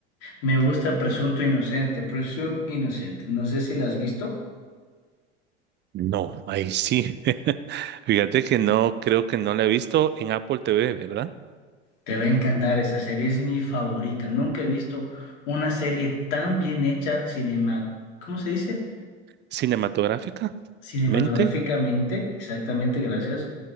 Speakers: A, on the left; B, on the right.
A: Me gusta Presunto Inocente, Presume Innocent. No sé si la has visto.
B: No, ahí sí. <laughs> Fíjate que no, creo que no la he visto en Apple TV, ¿verdad?
A: Te va a encantar esa serie, es mi favorita. Nunca he visto una serie tan bien hecha cinema, ¿cómo se dice?
B: Cinematográfica,
A: Cinematográficamente,
B: mente.
A: exactamente, gracias.